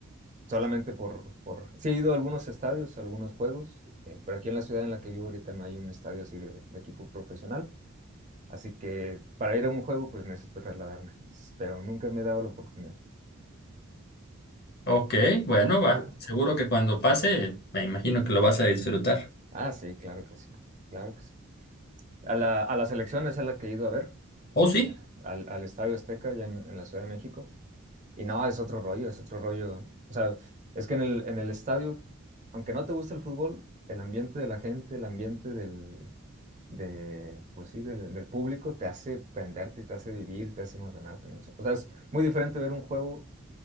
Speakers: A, on the right; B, on the left.
A: solamente por, por... Sí, he ido a algunos estadios, a algunos juegos, eh, pero aquí en la ciudad en la que vivo ahorita no hay un estadio así de, de equipo profesional. Así que para ir a un juego, pues necesito trasladarme. Pero nunca me he dado la oportunidad.
B: Ok, bueno, va.
A: ¿Tú?
B: Seguro que cuando pase, me imagino que lo vas a disfrutar.
A: Ah, sí, claro que sí. Claro que sí. A la, a la selección es a la que he ido a ver,
B: Oh, sí.
A: eh, al, al Estadio Azteca, allá en en la Ciudad de México. Y no, es otro rollo, es otro rollo. O sea, es que en el, en el estadio, aunque no te guste el fútbol, el ambiente de la gente, el ambiente del, de, pues sí, del, del público te hace prenderte, te hace vivir, te hace emocionarte, ¿no? O sea, es muy diferente ver un juego